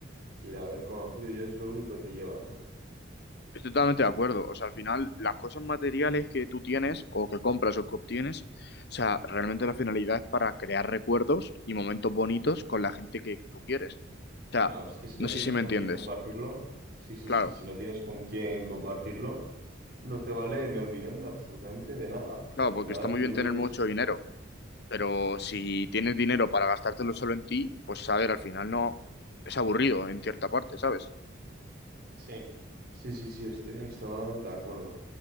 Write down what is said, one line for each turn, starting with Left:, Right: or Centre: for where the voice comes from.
Right: y al haber conocido, yo es lo único que te llevas, ¿no?
Left: Estoy totalmente de acuerdo. O sea, al final, las cosas materiales que tú tienes o que compras o que obtienes, o sea, realmente la finalidad es para crear recuerdos y momentos bonitos con la gente que tú quieres. O
Right: Claro,
Left: sea,
Right: es que si
Left: no
Right: no tienes
Left: sé si me
Right: con
Left: entiendes.
Right: quién compartirlo, sí, sí,
Left: Claro,
Right: sí, si no tienes con quién compartirlo, no te vale, en mi opinión, de absolutamente de nada. O sea,
Left: claro,
Right: al final
Left: porque está muy
Right: yo
Left: bien
Right: creo
Left: tener
Right: que
Left: mucho
Right: es...
Left: dinero, pero si tienes dinero para gastártelo solo en ti, pues a ver, al final no es aburrido en cierta parte, ¿sabes?
Right: Sí, sí, sí, sí, estoy extremadamente de acuerdo.